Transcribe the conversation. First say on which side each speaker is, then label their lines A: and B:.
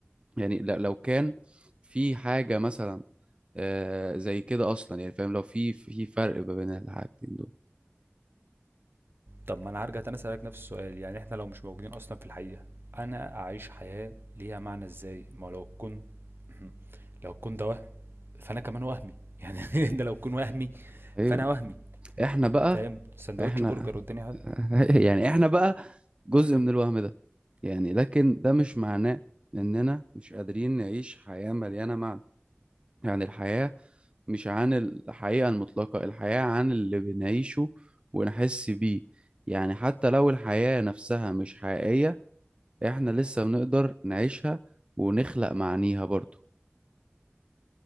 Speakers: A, on the right; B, on the right.
A: يعني ل- لو كان في حاجة مثلا آه، زي كده أصلا يعني فاهم لو في في فرق ما بين الحاجتين دول
B: طب ما انا هرجع تاني اسالك نفس السؤال يعني احنا لو مش موجودين اصلا في الحقيقه انا اعيش حياه ليها معنى ازاي ما لو كنت <clears throat> <laughs> لو كنت وهم فانا كمان وهمي يعني <laughs> انت لو تكون وهمي
A: أيوه
B: فانا وهمي
A: إحنا بقى
B: فاهم سندوتش
A: إحنا
B: برجر والدنيا حلوه
A: <laughs> يعني إحنا بقى جزء من الوهم ده يعني لكن ده مش معناه إننا مش قادرين نعيش حياة مليانة معنى يعني الحياة مش عن الحقيقة المطلقة الحياة عن اللي بنعيشه ونحس بيه يعني حتى لو الحياة نفسها مش حقيقية احنا لسه بنقدر نعيشها ونخلق معانيها برضو